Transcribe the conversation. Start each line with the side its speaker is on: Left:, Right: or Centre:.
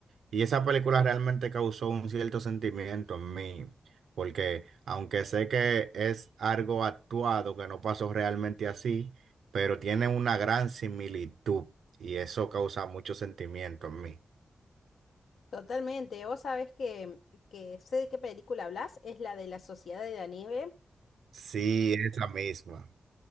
Right: Y esa película realmente causó un cierto sentimiento en mí, porque aunque sé que es algo actuado, que no pasó realmente así, pero tiene una gran similitud y eso causa mucho sentimiento en mí.
Left: Totalmente, vos sabés que, que sé de qué película hablas, es la de La Sociedad de la Nieve.
Right: Sí, esa misma.